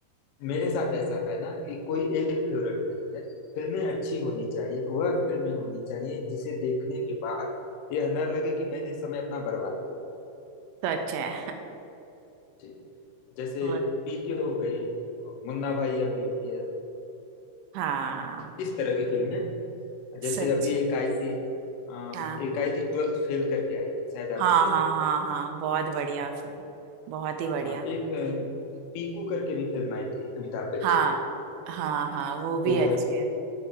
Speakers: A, on the left; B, on the right.
A: मेरे साथ ऐसा है ना कि कोई एक फेवरेट नहीं है फिल्में अच्छी होनी चाहिए वह फिल्में होनी चाहिए जिसे देखने के बाद यह ना लगे कि मैंने समय अपना बर्बाद किया
B: तो अच्छा है
A: जी जैसे
B: और
A: पीके हो गई मुन्ना भाई एमबीबीएस
B: <laughs> हाँ
A: इस तरह की फिल्में जैसे
B: सच
A: अभी
B: है
A: एक आई थी अ,
B: हाँ
A: एक आई थी ट्वेल्थ फेल करके आई थी शायद
B: हाँ
A: आपने देखा
B: हाँ
A: होगा
B: हाँ हाँ बहुत बढ़िया फिल्म बहुत ही बढ़िया
A: अ, एक अ, पीकू करके भी फिल्म आई थी अमिताभ बच्चन
B: हाँ
A: की
B: हाँ हाँ वो भी
A: तो
B: अच्छे है